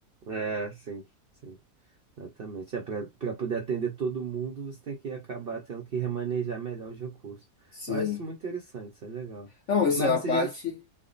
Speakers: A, on the right; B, on the left.
A: é, sim, sim. Exatamente. É, para poder atender todo mundo, você tem que acabar tendo que remanejar melhor os recursos.
B: Sim.
A: Eu acho isso muito interessante, isso é legal.
B: Não, isso
A: Mas
B: é uma
A: você
B: parte.
A: já,